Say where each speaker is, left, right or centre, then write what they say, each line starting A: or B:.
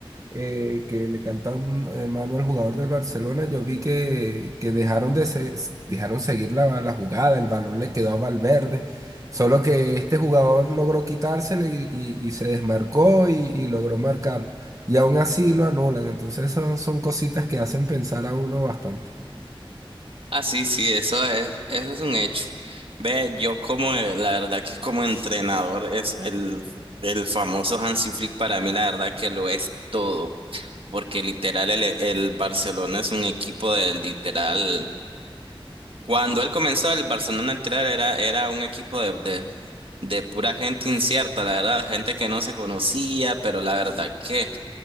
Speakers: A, on the right; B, on the right.
A: eh, que le canta un, eh, mano al jugador del Barcelona, yo vi que, que dejaron de se- dejaron seguir la, la jugada, el balón le quedó a Valverde, solo que este jugador logró quitárselo y, y- y se desmarcó y, y logró marcarlo. Y aún así lo anulan, entonces esas son cositas que hacen pensar a uno bastante.
B: Ah, sí, sí, eso es, eso es un hecho. Ve, yo como, eh, la verdad que como entrenador es el, el famoso Hansi Flick para mí, la verdad que lo es todo, porque literal el, el Barcelona es un equipo del literal. Cuando él comenzó, el Barcelona literal era, era un equipo de, de, de pura gente incierta, la verdad, gente que no se conocía, pero la verdad que